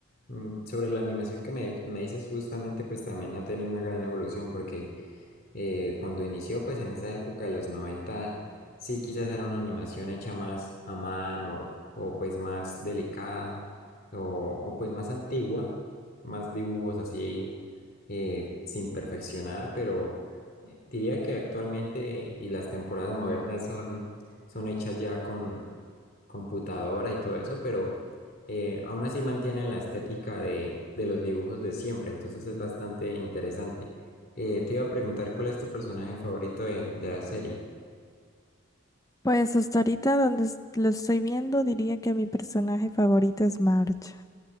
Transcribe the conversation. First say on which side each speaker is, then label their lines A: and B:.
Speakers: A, on the left; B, on the left.
A: Mm, Sobre la animación que me, me dices, justamente pues también ha tenido una gran evolución porque eh, cuando inició, pues en esa época de los 90, sí quizás era una animación hecha más a mano o pues más delicada o, o, pues más antigua, más dibujos así eh, sin perfeccionar, pero eh, diría que actualmente y las temporadas modernas son, son hechas ya con computadora y todo eso, pero eh, aún así mantienen la estética de, de los dibujos de siempre, entonces es bastante interesante. Eh, te iba a preguntar cuál es tu personaje favorito de, de la serie.
B: Pues hasta ahorita donde es- lo estoy viendo, diría que mi personaje favorito es Marge.